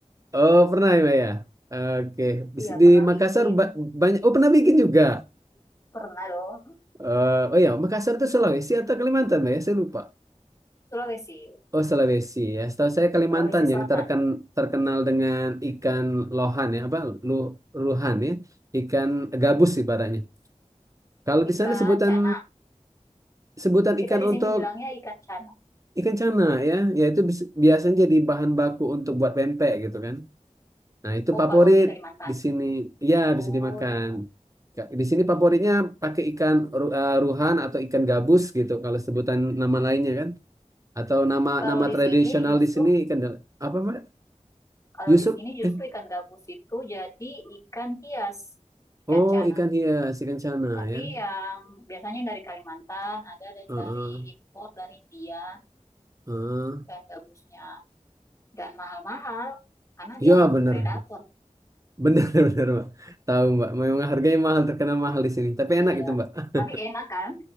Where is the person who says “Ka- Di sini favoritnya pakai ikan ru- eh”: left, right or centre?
Right